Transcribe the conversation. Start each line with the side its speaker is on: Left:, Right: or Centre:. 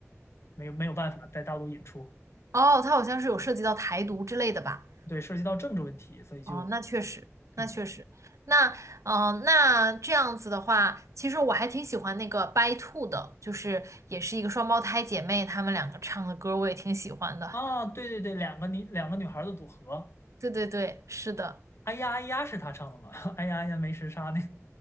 Left: 没有没有办法在大陆引出，
Right: 哦，他好像是有涉及到台独之类的吧。
Left: 对，涉及到政治问题，所以就
Right: 哦，那确实，那确实，
Left: 嗯
Right: 那嗯、呃那这样子的话，其实我还挺喜欢那个 By Two 的，就是也是一个双胞胎姐妹，她们两个唱的歌我也挺喜欢的。
Left: 啊，对对对，两个女两个女孩的组合，
Right: 对对对，是的。
Left: 哎呀哎呀是他唱的吗？<laughs> 哎呀哎呀没时差那